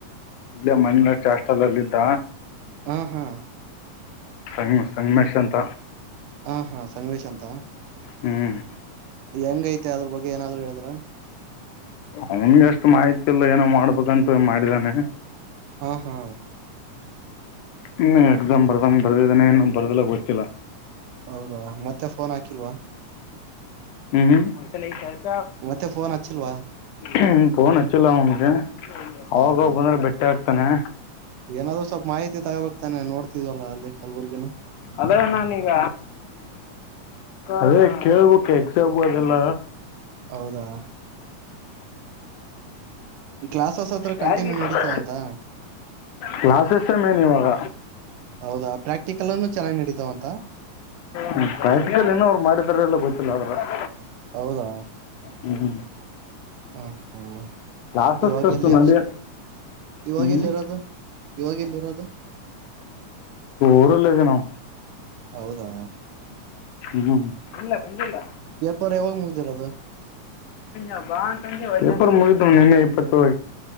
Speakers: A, on the left; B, on the right.
A: ಇಲ್ಲ ಮಣಷ್ಟ ಅಷ್ಟಲ್ಲಲ್ಲ ಇದಿದ್ದ
B: ಹ ಹಾ
A: ಸಂ ಸಂಗಮೇಶ್ ಅಂತ
B: ಹಾ ಹಾ ಸಂಗವೇಶ್ ಅಂತ
A: ಹ್ಮ್
B: ಹೆಂಗ ೈತೆ ಅದ್ರ ಬಗ್ಗೆ ಏನಾದ್ರು ಹೇಳಿದ್ರ
A: ಅವನ್ಗೆ ಅಷ್ಟು ಮಾಹಿತಿ ಇಲ್ಲ ಏನೋ ಮಾಡ್ಬೇಕಂತ ಮಾಡಿದಾನೆ
B: ಹಾ ಹಾ
A: ಹ್ಮ ಎಕ್ಸಾಮ್ ಬರ್ದಂಗ ಬರ್ದಿದ್ದಾನೆ ಏನು ಬರ್ದಲ ಗೊತ್ತಿಲ್ಲ
B: ಹೌದ ಮತ್ತೆ ಫೋನ್ ಹಾಕಿಲ್ವಾ
A: ಹ್ಮ್ ಹ್ಮ್ ಹಂತಲ್ಲ ಸ
B: ಮತ್ತೆ ಫೋನ್ ಹಚ್ಚಿಲ್ವಾ
A: ಹ್ಮ ಫೋನ್ ಹಚ್ಚಿಲ್ಲ ಅವನ್ಗೆ ಅವಾಗವ
B: ಹೌದಾ
A: ಬಂದ್ರೆ ಬೆಟ್ಟೆ ಹಾಕ್ತಾನೆ
B: ಏನಾದ್ರು ಸ್ವಲ್ಪ ಮಾಹಿತಿ ತಗೋಬೇಕ್ತಾನೆ ನೋಡ್ತಿದ್ವಲ್ಲ ಅರ್ಲಿ ಕಲ್ಬುರ್ಗನು
A: ಅದ ನಾನೀಗ ಅದೇ ಕೇಳ್ಬೇಕುು ಎಕ್ಸಾಮು ಅದೆಲ್ಲ
B: ಹೌದಾ ಕ್ಲಾಸಸ್ ಹತ್ರ
A: ಯಾರಿಗೆ
B: ಕಂಟಿನ್ಯೂ
A: ಹ
B: ನಡೀತಾವಂತ
A: ಕ್ಲಾಸ್ ಎಸ್ ಮೇನ್ ಇವಾಗ
B: ಹೌದಾ ಪ್ರಾಕ್ಟಿಕಲ್ ಅನ್ನು ಚೆನ್ನಾಗಿ ನಡೀತಾವಂತ
A: ಹ್ಮ ಪ್ರಾಕ್ಟಿಕಲ್ ಇನೋರು ಮಾಡಿದಾರಲ್ಲ ಗೊತ್ತಿಲ್ಲ ಅವ ಹ್ಮ್
B: ಹೌದಾ
A: ಹ್ಮ
B: ಹ ಹ್ಮ್
A: ಕ್ಲಾಸಸ್
B: ಇವಾಗ
A: ಎತನಲ್ಲಿ
B: ಎಲ್ಲಿ ಇವಾಗ
A: ಹ್ಮ್
B: ಎಲ್ಲಿ ಇರೋದು ಇವಾಗ ಎಲ್ಲಿ ಇರೋದು
A: ಊರಲ್ಲಿದ್ದೀನಿ
B: ಹೌದಾ
A: ಹ್ಮ ಇಲ್ಲ ಬಜ ಇಲ್ಲ
B: ಪೇಪರ್ ಯಾವಾಗ ಮುಗ್ದಿರೋದು
A: ಹಜಾ ನಿನ್ನೆ ಇಪ್ಪತ್ತ